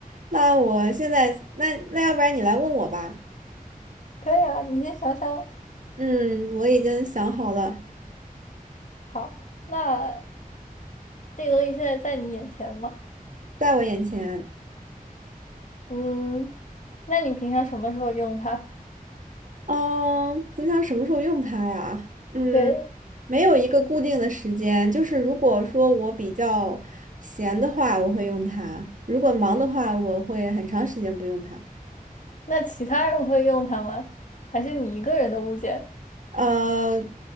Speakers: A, on the right; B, on the left.
A: 那我现在那那要不然你来问我吧。
B: 可以啊，你先想想。
A: 嗯，我已经想好了，
B: 好，那这个东西现在在你眼前吗？
A: 在我眼前。
B: 嗯，那你平常什么时候用它？
A: 嗯，平常什么时候用它呀？嗯，
B: 对，
A: 没有一个固定的时间，就是如果说我比较闲的话，我会用它；如果忙的话，我会很长时间不用它。
B: 那其他人会用它吗？还是你一个人的物件？
A: 呃，